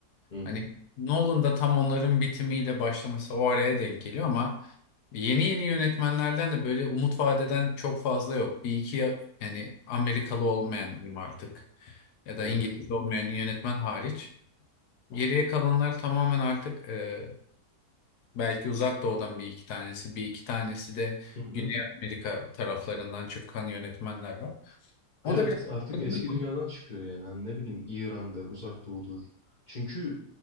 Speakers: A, on the left (about 30°); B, on the left (about 75°).
A: Hı hı.
B: Hani Nolan da tam onların bitimiyle başlaması o araya denk geliyor ama yeni yeni yönetmenlerden de böyle umut vadeden çok fazla yok. Bir iki ya yani Amerikalı olmayan diyeyim artık ya da
A: Evet.
B: İngiliz olmayan yönetmen hariç. Geriye kalanlar tamamen artık e, belki uzak doğudan bir iki tanesi, bir iki tanesi de
A: Hı hı.
B: Güney Amerika taraflarından çıkan yönetmenler var. O
A: Evet
B: da biraz
A: artık
B: <laughs>
A: eski dünyadan çıkıyor yani. Hani ne bileyim İran'dır, Uzak Doğu'dur. Çünkü